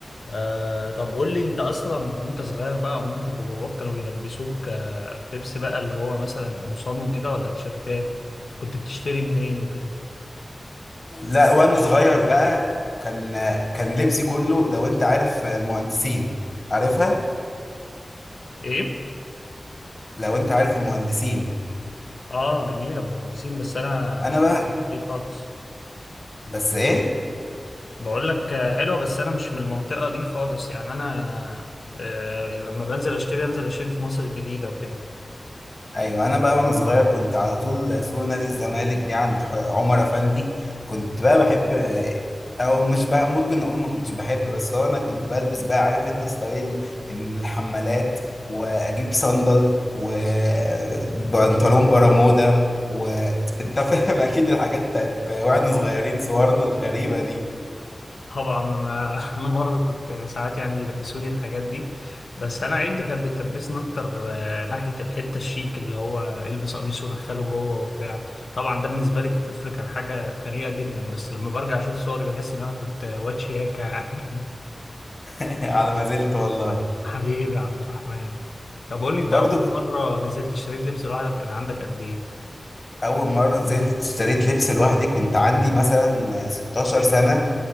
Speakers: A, on the left (about 70°); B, on the left (about 40°).
A: آه طب قول لي انت اصلا وانت صغير بقى مامتك وباباك كانوا بيلبسوك آه لبس بقى اللي هو مثلا قمصان وكده ولا تيشيرتات وكنت بتشتري منين وكده
B: لا وانا صغير بقى كان كان لبسي كله لو انت عارف المهندسين عارفها
A: ايه
B: لو انت عارف المهندسين
A: اه جميلة مهندسين بس انا مش
B: انا بقى
A: من الحتة دي خالص
B: بس ايه
A: بقول لك آه، حلوة بس انا مش من المنطقة دي خالص يعني انا آه لما بنزل اشتري انزل اشتري في مصر الجديدة وكده
B: ايوه انا بقى وانا صغير كنت على طول سور نادي الزمالك دي عند ح- عمر افندي كنت بقى بحب او مش بقى ممكن اقول ما كنتش بحب بس هو انا كنت بلبس بقى عارف انت ستايل إن الحمالات واجيب صندل وبنطلون برمودا وانت <laughs> فاهم اكيد الحاجات بتاعت واحنا صغيرين صورنا الغريبة دي
A: طبعا آه، <laughs> انا برضه كنت ساعات يعني بيلبسوني الحاجات دي بس انا عيلتي كانت بتلبسني اكتر آه، ناحيه الحته الشيك اللي هو البس قميص ودخله جوه وبتاع طبعا ده بالنسبه لي كطفل كان حاجه خنيقه جدا بس لما برجع اشوف صوري بحس ان انا كنت واد شياكه <laughs> يعني
B: <laughs> على ما زلت والله
A: حبيبي يا عبد الرحمن طب قول لي انت
B: برضو
A: اول مره نزلت اشتريت لبس لوحدك كان عندك قد ايه
B: اول مره نزلت اشتريت لبس لوحدي كنت عندي مثلا 16 سنه